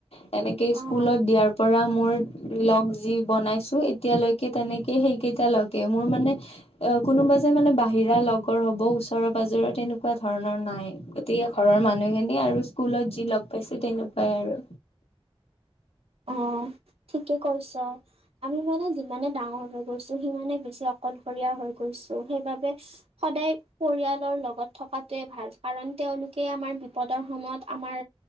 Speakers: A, on the left; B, on the right.
A: তেনেকে
B: অ
A: স্কুলত দিয়াৰ পৰা মোৰ লগ যি বনাইছোঁ, এতিয়ালৈকে তেনেকে সেইকেইটা লগে। মোৰ মানে অ কোনোবা যে মানে বাহিৰা লগৰ হব ওচৰ পাজৰ তেনেকুৱা ধৰণৰ নাই গতিকে ঘৰৰ মানুহে এনেই আৰু স্কুলত যি লগ পাইছোঁ, তেনেকুৱাই আৰু।
B: অ', ঠিকে কৈছ। আমি মানে যিমানে ডাঙৰ হৈ গৈছোঁ সিমানে বেছি অকলশৰীয়া হৈ গৈছো সেইবাবে সদায় পৰিয়ালৰ লগত থকাটোৱে ভাল। কাৰণ তেওঁলোকে আমাৰ বিপদৰ সময়ত আমাৰ